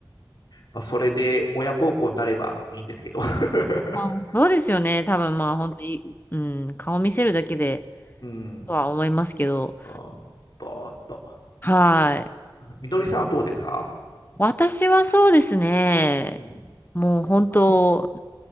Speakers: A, on the left (about 55°); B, on the left (about 25°).
A: あ、それで親孝行になればいいんですけど。<laughs>
B: まあ、そうですよね。多分、まあ、本当に、うん、顔見せるだけで、
A: うんうん。
B: とは思いますけど、
A: あーバーっと。
B: はい。
A: みのりさんはどうですか
B: 私はそうですね。
A: うん。
B: もう本当、